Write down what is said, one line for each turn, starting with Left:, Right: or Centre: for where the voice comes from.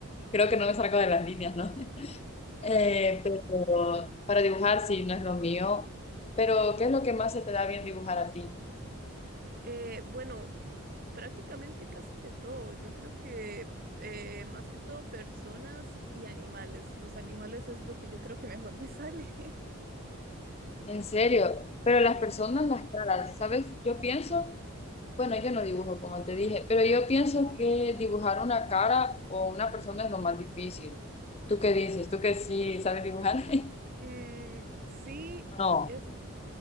Left: creo que no me salgo de las líneas, ¿no? <laughs> Eh, pero para dibujar sí no es lo mío, pero ¿qué es lo que más se te da bien dibujar a ti?
Right: Eh, bueno, prácticamente casi de todo. Yo creo que eh, más que todo personas y animales. Los animales es lo que yo creo que mejor me sale. <laughs>
Left: En serio, pero las
Right: Sí.
Left: personas, las caras, ¿sabes? Yo pienso, bueno, yo no dibujo como te dije, pero yo pienso que dibujar una cara o una persona es lo más difícil. ¿Tú qué dices? ¿Tú que sí sabes dibujar? <laughs>
Right: Mm, sí.
Left: No,
Right: es